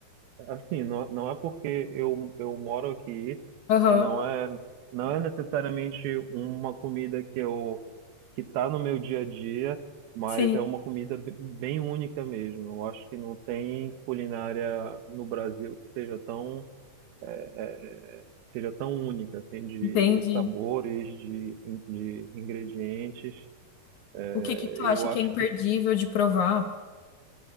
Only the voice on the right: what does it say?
assim, não, não é porque eu, eu moro aqui
e não é, não é necessariamente uma comida que eu que está no meu dia a dia, mas
é uma comida be- bem única mesmo. Eu acho que não tem culinária no Brasil que seja tão, eh, que seja tão única, assim, de
sabores, de, in- de ingredientes. Eh,
Eu
acho
que